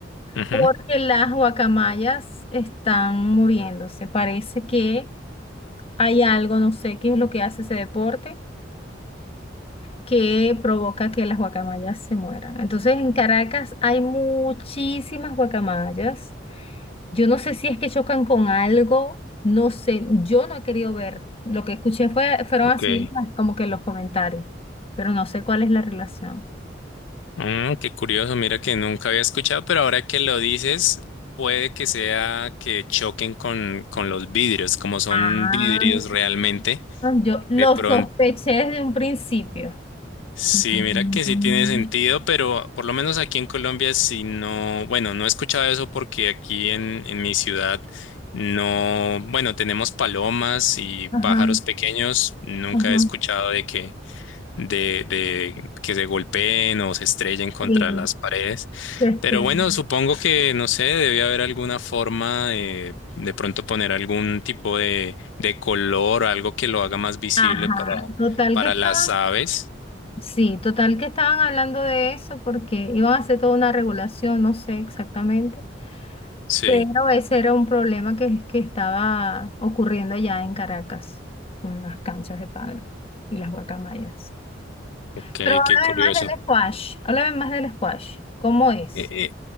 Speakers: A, on the left (about 85°); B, on the left (about 30°).
A: Ujú.
B: porque las guacamayas están muriéndose. Parece que hay algo, no sé qué es lo que hace ese deporte que provoca que las guacamayas se mueran. Entonces, en Caracas hay muchísimas guacamayas. Yo no sé si es que chocan con algo, no sé, yo no he querido ver. Lo que escuché fue, fueron
A: Ok.
B: así como que los comentarios, pero no sé cuál es la relación.
A: Mm, qué curioso, mira que nunca había escuchado, pero ahora que lo dices, puede que sea que choquen con, con los vidrios, como son
B: Ah,
A: vidrios realmente.
B: yo lo
A: De pronto,
B: sospeché desde un principio.
A: sí,
B: Mm,
A: mira que sí tiene sentido, pero por lo menos aquí en Colombia, si no, bueno, no he escuchado eso porque aquí en, en mi ciudad no, bueno, tenemos palomas y
B: Ajá,
A: pájaros pequeños, nunca
B: ajá.
A: he escuchado de que de, de que se golpeen o se estrellen contra
B: Sí,
A: las paredes.
B: se estrelló.
A: Pero bueno, supongo que, no sé, debe haber alguna forma de de pronto poner algún tipo de, de color, algo que lo haga más visible
B: Ajá,
A: para,
B: total
A: para
B: que está.
A: las aves.
B: Sí, total que estaban hablando de eso porque iban a hacer toda una regulación, no sé exactamente,
A: Sí,
B: pero ese era un problema que, que estaba ocurriendo allá en Caracas con las canchas de pádel y las guacamayas.
A: ok,
B: Pero háblame
A: qué curioso.
B: más del squash, háblame más del squash, ¿cómo es?
A: Eh, eh,